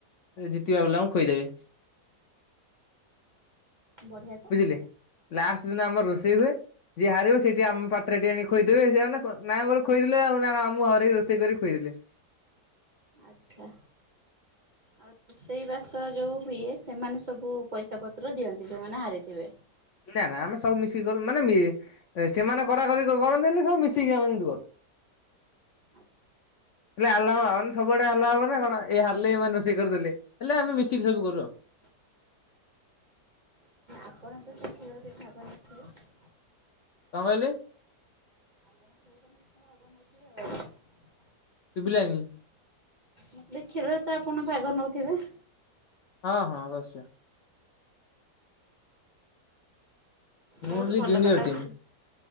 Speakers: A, on the left; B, on the right.
A: ଜିତିବା ବାଲାଙ୍କୁ ଖୋଇଦେବେ।
B: ବଢିଆ।
A: ବୁଝିଲେ ଲାଷ୍ଟ ଦିନ ଆମର ରୋଷେଇ ହୁଏ। ଯିଏ ହାରିବ ସେ ଟିକେ ଆମ ପାଟିରେ ଟିକେ ନେଇକି ଖୋଇଦେବେ ସେ ମାନେ ନାଁ କୁ ଗୋଟେ ଖୋଇଦେଲେ ଆଉ ନା ଆମକୁ ହରେଇ ରୋଷେଇ କରିି ଖୁଏଇଦେଲେ।
B: ଆଚ୍ଛା। ଆଉ ରୋଷେଇ ବାସ ଯୋଉ ହୁଏ ସେମାନେ ସବୁ ପଇସା ପତ୍ର ଦିଅନ୍ତି ଯୋଉମାନେ ହାରିଥିବେ।
A: ନା ନା ଆମେ ସବୁ ମିଶିକି କରୁ ମାନେ ମି ଏ ସେମାନେ କରାକରି କରିନ୍ତିନି ସବୁ ମିଶିକି ଆମେ କିନ୍ତୁ କରୁ।
B: ଆ
A: ଖାଲି ହାଲା ହବ ମାନେ ସବୁଆଡେ ହାଲା ହବ ନା କଣ ଏଇ ହାରିଲେ ଏମାନେ ରୋଷେଇ କରିଦେଲେ ହେଲେ ଆମେ ମିଶିକି ସବୁ କରୁ ଆଉ।
B: ଆପଣ ତ ସବୁ ଖେଳରେ ଦେଖାକରି ନଥିବେ?
A: କଣ କହିଲେ?
B: ଆପଣ <unintelligible> ଭାଗ ନେଉଥିବେ ଆଉ
A: ଶୁଭିଲାନି।
B: ପ୍ରତ୍ୟେକ ଖେଳରେ ତ ଆପଣ ଭାଗ ନଉଥିବେ?
A: ହଁ ହଁ ଅବଶ୍ୟ। ମୁଁ
B: ବହୁତ
A: ହେଲି
B: ଭଲ
A: ଜୁନିୟର
B: କଥା
A: ଟିମ୍।